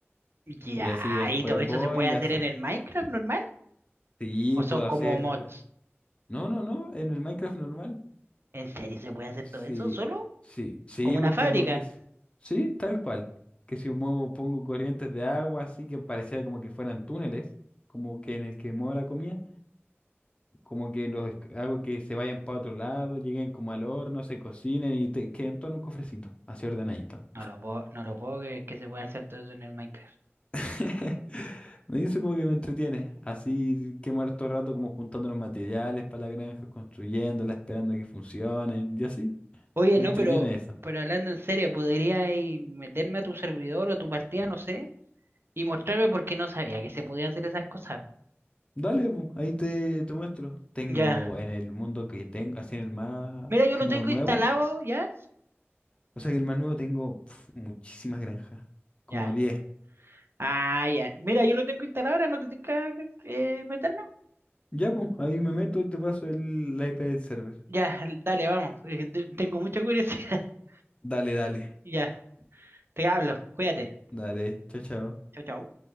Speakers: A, on the right (about 55°); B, on the left (about 25°).
A: Ya,
B: Y así después
A: ¿y todo eso
B: voy
A: se puede
B: y
A: hacer
B: la saco.
A: en el Minecraft normal?
B: Sí,
A: ¿O
B: puedo
A: son
B: hacer.
A: como mods?
B: No, no, no, en el Minecraft normal.
A: ¿En serio se puede hacer
B: Sí,
A: todo eso solo?
B: sí, sí,
A: ¿Como una
B: porque
A: fábrica?
B: hago que es. Sí, tal cual. Que si muevo, pongo corrientes de agua, así que pareciera como que fueran túneles, como que en el que muevo la comida, como que los esc- hago que se vayan para otro lado, lleguen como al horno, se cocinen y te, queden todo en un cofrecito, así ordenadito.
A: No lo puedo, no lo puedo creer que se pueda hacer todo eso en el Minecraft.
B: <laughs> Me hizo como que me entretiene, así quemar todo el rato como juntando los materiales para la granja, construyéndola, esperando a que funcionen, y así,
A: Oye,
B: me
A: no,
B: entretiene
A: pero,
B: eso.
A: pero hablando en serio, ¿podría ahí meterme a tu servidor o a tu partida, no sé, y mostrarme por qué no sabía que se podía hacer esas cosas?
B: Dale, po, ahí te, te muestro. Tengo
A: Ya.
B: en el mundo que tengo, así en el más
A: Mira, yo
B: como
A: lo tengo
B: nuevo,
A: instalado ya.
B: o sea, en el más nuevo tengo pf, muchísimas granjas, como
A: Ya.
B: 10.
A: Ah, ya. Mira, yo lo tengo instalado ahora, no te tengo que eh, meter, ¿no?
B: Ya, pues, ahí me meto y te paso el, la IP del server.
A: Ya, dale, vamos. porque te- Tengo mucha curiosidad. <laughs>
B: Dale, dale,
A: Ya, te hablo. Cuídate.
B: dale, chao, chao.
A: Chao, chao.